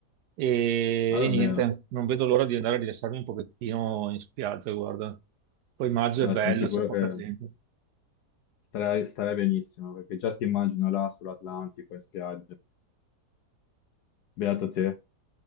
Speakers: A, on the right; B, on the left.
A: E,
B: ma davvero.
A: e niente, non vedo l'ora di andare a rilassarmi un pochettino in spiaggia, guarda. Poi maggio
B: Eh,
A: è bello,
B: sono sicuro
A: c'è poca
B: che
A: gente.
B: Starei, starei benissimo, perché già ti immagino là sull'Atlantico in spiaggia. Beato te.